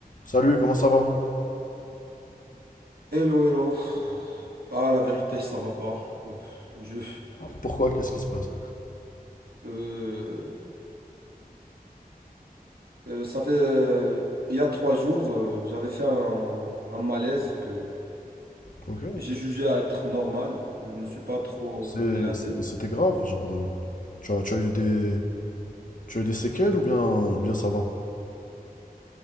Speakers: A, on the left (about 60°); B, on the right (about 85°).
A: Salut, comment ça va?
B: Hello, hello. Ah, la vérité, ça va pas. Euh, je,
A: Pourquoi? Qu'est-ce qui se passe?
B: euh, euh, ça fait, euh, il y a trois jours, euh, j'avais fait un, un malaise que
A: Ok.
B: j'ai jugé à être normal. Je me suis pas trop
A: C'est-
B: mis la
A: c'est-
B: tête.
A: C'était grave, genre, euh, tu as, tu as eu des, tu as eu des séquelles ou bien, ou bien ça va?